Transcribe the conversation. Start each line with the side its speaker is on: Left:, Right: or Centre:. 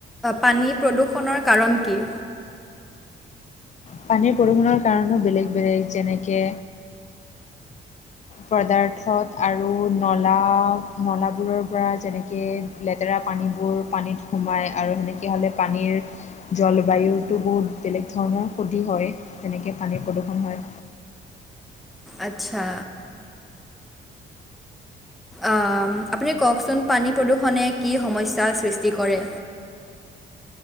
Centre: পানী প্ৰদূষণৰ কাৰণ কি?
Left: পানীৰ প্ৰদূষণৰ কাৰণে বেলেগ বেলেগ যেনেকৈ পদাৰ্থত আৰু নলা নলাবোৰৰ পৰা যেনেকে লেতেৰা পানীবোৰ পানীত সোমায় আৰু সেনেকৈ হ'লে পানীৰ জলবায়ুতো বহুত বেলেগ ধৰণৰ ক্ষতি হয় তেনেকৈ পানীৰ প্ৰদূষণ হয়।
Centre: আচ্ছা। অম, আপুনি কওকচোন পানী প্ৰদূষণে কি সমস্যাৰ সৃষ্টি কৰে?